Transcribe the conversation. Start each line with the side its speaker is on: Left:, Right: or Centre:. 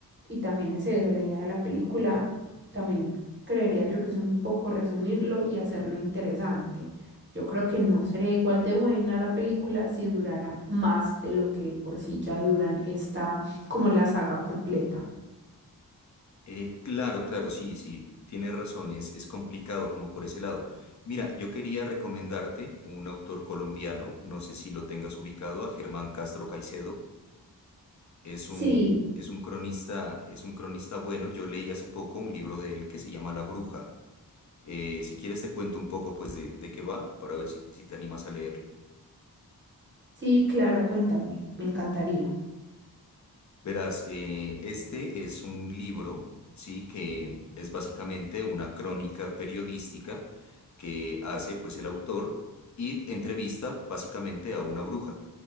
Right: y también es eso, la idea de la película también creería yo que es un poco resumirlo y hacerlo interesante. Yo creo que no sería igual de buena la película si durara más de lo que por sí ya duran esta como la saga completa.
Left: Eh, claro, claro, sí, sí, tienes razón, es, es complicado como por ese lado. Mira, yo quería recomendarte un autor colombiano, no sé si lo tengas ubicado, a Germán Castro Caicedo. Es
Right: Sí,
Left: un, es un cronista, es un cronista bueno. Yo leí hace poco un libro de él que se llama La Bruja. Eh, si quieres te cuento un poco pues de, de qué va para ver si, si te animas a leerlo.
Right: Sí, claro, cuéntame, me encantaría.
Left: Verás, eh, este es un libro, sí, que es básicamente una crónica periodística que hace pues el autor y entrevista básicamente a una bruja.